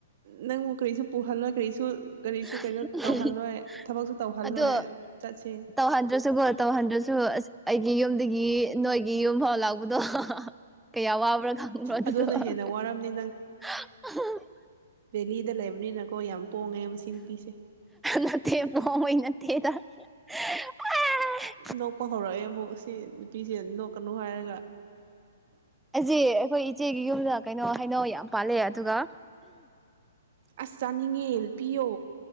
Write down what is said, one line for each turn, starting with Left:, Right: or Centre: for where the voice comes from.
Right: ꯅꯪꯕꯨ ꯀꯔꯤꯁꯨ ꯄꯨꯍꯜꯂꯣꯏ ꯀꯔꯤꯁꯨ ꯀꯔꯤꯁꯨ
Centre: <unintelligible>
Right: ꯀꯩꯅꯣ ꯇꯧꯍꯜꯂꯣꯏ ꯊꯕꯛꯁꯨ ꯇꯧꯍꯜꯂꯣꯏ
Centre: ꯑꯗꯣ
Right: ꯆꯠꯁꯦ
Centre: ꯇꯧꯍꯟꯗ꯭ꯔꯁꯨꯀꯣ ꯇꯧꯍꯟꯗ꯭ꯔꯁꯨ <unintelligible> ꯑꯁ ꯑꯩꯒꯤ ꯌꯨꯝꯗꯒꯤ ꯅꯣꯏꯒꯤ ꯌꯨꯝ ꯐꯥꯎ ꯂꯥꯛꯄꯗꯣ ꯍꯥ ꯍꯥ ꯀꯌꯥ ꯋꯥꯕ꯭ꯔꯥ ꯈꯪꯕ꯭ꯔꯣ ꯑꯗꯨꯗꯣ
Right: ꯑꯗꯨꯅ
Centre: <unintelligible>
Right: ꯍꯦꯟꯅ ꯋꯥꯔꯝꯅꯤ ꯗꯦꯂꯤꯗ ꯂꯩꯕꯅꯤꯅꯀꯣ ꯌꯥꯝ ꯄꯣꯡꯉꯦ ꯃꯁꯤ ꯅꯨꯄꯤꯁꯦ
Centre: ꯅꯠꯇꯦ ꯄꯣꯡꯕꯩ <unintelligible>
Right: ꯅꯣꯛꯄ ꯍꯧꯔꯛꯑꯦ ꯑꯃꯨꯛ ꯁꯤ ꯅꯨꯄꯤꯁꯦ ꯅꯣꯛꯀꯅꯨ ꯍꯥꯏꯔꯒ
Centre: ꯑꯁꯤ ꯑꯩꯈꯣꯏ ꯏꯆꯦꯒꯤ ꯌꯨꯝꯗ ꯀꯩꯅꯣ ꯍꯩꯅꯧ ꯌꯥꯝ ꯄꯥꯜꯂꯦ ꯑꯗꯨꯒ
Right: ꯑꯁ ꯆꯥꯅꯤꯡꯉꯦ ꯄꯤꯌꯣ